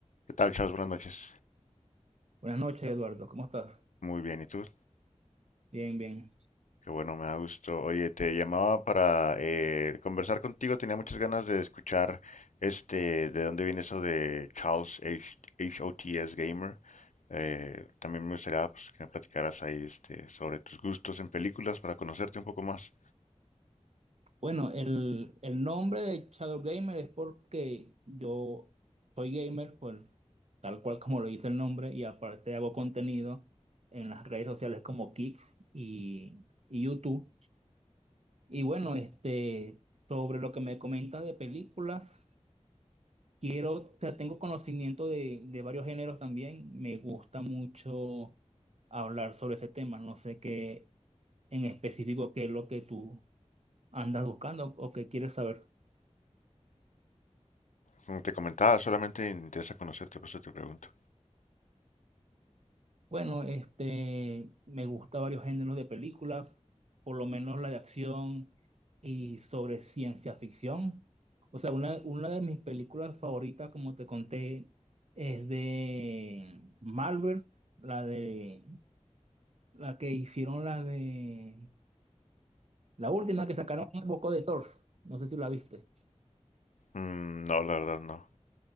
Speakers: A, on the left; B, on the right.
A: ¿Qué tal, Charles? Buenas noches.
B: Buenas noches, Eduardo. ¿Cómo estás?
A: Muy bien, ¿y tú?
B: Bien, bien.
A: Qué bueno, me da gusto. Oye, te llamaba para eh, conversar contigo. Tenía muchas ganas de escuchar este, de dónde viene eso de Charles H HOTS Gamer. Eh, también me gustaría pues, que me platicaras ahí este, sobre tus gustos en películas para conocerte un poco más.
B: Bueno, el, el nombre de Shadow Gamer es porque yo soy gamer, pues tal cual como lo dice el nombre, y aparte hago contenido en las redes sociales como Kicks y, y YouTube. Y bueno, este, sobre lo que me comentas de películas, quiero, o sea, tengo conocimiento de, de varios géneros también. Me gusta mucho hablar sobre ese tema. No sé qué en específico qué es lo que tú ¿Andas buscando o qué quieres saber?
A: Como te comentaba, solamente me interesa conocerte, por eso te pregunto.
B: Bueno, este, me gusta varios géneros de películas, por lo menos la de acción y sobre ciencia ficción. O sea, una, una de mis películas favoritas, como te conté, es de Marvel, la de la que hicieron la de la última que sacaron un poco de Thor. No sé si la viste.
A: Mm, no, la verdad no.